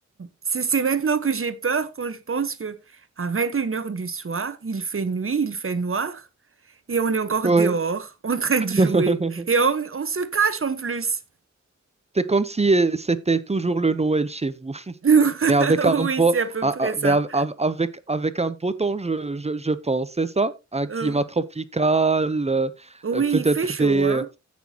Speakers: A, on the right; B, on the right.
A: c'est, c'est maintenant que j'ai peur quand je pense que à 21 heures du soir, il fait nuit, il fait noir, et on est encore
B: Ouais.
A: dehors <laughs> en train
B: <laughs>
A: de jouer. Et on, on se cache en plus.
B: C'est comme si euh, c'était toujours le Noël chez vous. <laughs>
A: <laughs>
B: Mais avec un
A: Oui,
B: beau,
A: c'est à peu
B: ah,
A: près
B: ah,
A: ça.
B: mais av- av- avec, avec un beau temps, je, je, je pense, c'est ça? Un climat
A: Euh,
B: tropical, euh,
A: oui,
B: euh, peut-être
A: il fait chaud,
B: des,
A: hein.
B: euh,